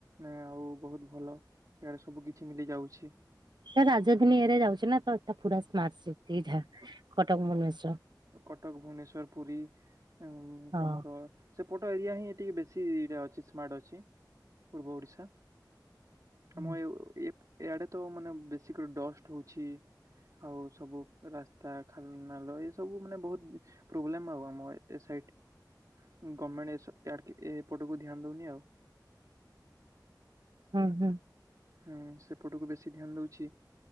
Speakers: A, on the right (about 50°); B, on the right (about 75°).
A: ନା ଆଉ ବହୁତ ଭଲଏଆଡେ ସବୁ କିଛି ମିଲି ଯାଉଛି।
B: ଏ ରାଜଧାନୀ ଏରିୟା ରେ ଯାଉଛି ନା ତ ପୁରା ସ୍ମାର୍ଟ ସିଟି ଟା କଟକ ଭୁବନେଶ୍ଵର।
A: କଟକ ଭୁବନେଶ୍ଵର ପୁରୀ ଆଉ
B: ହଁ
A: ତମର ସେପଟ ଏରିଆ ହିଁ ଟିକେ ବେଶୀ ରେ ଅଛି ସ୍ମାର୍ଟ ଅଛି ପୂର୍ବ ଓଡ଼ିଶା।
B: ହୁଁ
A: ଆମ ଏଓ ଏପ୍ ଏଆଡେ ତ ମାନେ ବେଶି କରି ଦଷ୍ଟ ହୋଉଚି। ଆଉ ସବୁ ରାସ୍ତା ଖାଲ ନାଲ ଏ ସବୁ ସବୁ ମାନେ ବହୁତ ପ୍ରୋବ୍ଲେମ ଆଉ ଆମ ଏ ସାଇଟ। ଗମେଣ୍ଟ ଏସବ ଏଡକେ ଏପଟକୁ ଧ୍ୟାନ ଦଉନି ଆଉ।
B: ହୁଁ ହୁଁ।
A: ହୁଁ ସେପଟକୁ ବେଶୀ ଧ୍ୟାନ ଦଉଚି